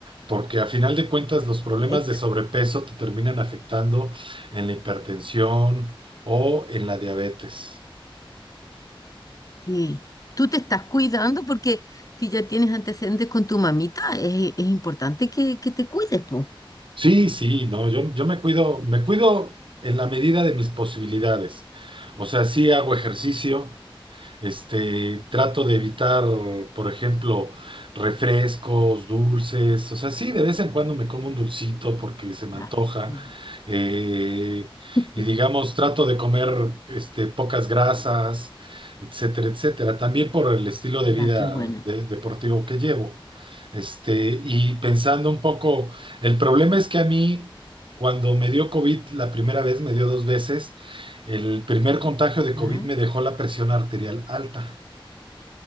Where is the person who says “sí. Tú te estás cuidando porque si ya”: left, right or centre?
Left